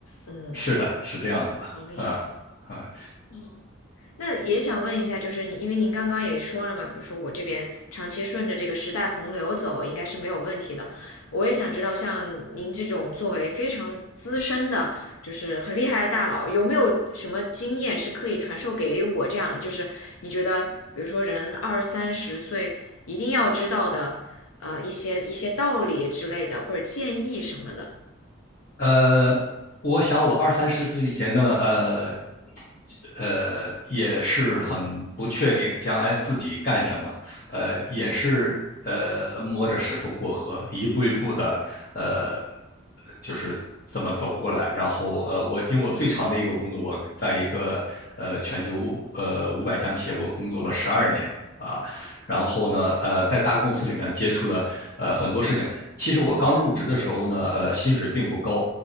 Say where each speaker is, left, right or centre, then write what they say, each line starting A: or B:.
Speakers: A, on the left; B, on the left.
A: 嗯，
B: 是的，是这样子的啊啊。
A: 哦，好厉害。嗯那也想问一下，就是你，因为您刚刚也说了嘛，比如说我这边长期顺着这个时代洪流走，应该是没有问题的。我也想知道，像您这种作为非常资深的，就是很厉害的大佬，有没有什么经验是可以传授给我这样的？就是你觉得，比如说人二三十岁一定要知道的，呃，一些一些道理之类的，或者建议什么的，
B: 呃，我想我二三十岁以前呢，呃，呃也是很不确定将来自己干什么，呃也是呃摸着石头过河，一步一步的呃就是这么走过来。然后呃我因为我最长的一个工作，我在一个呃全球呃五百强企业我工作了十二年。啊，然后呢，呃，在大公司里面接触了呃很多事情。其实我刚入职的时候呢，呃，薪水并不高，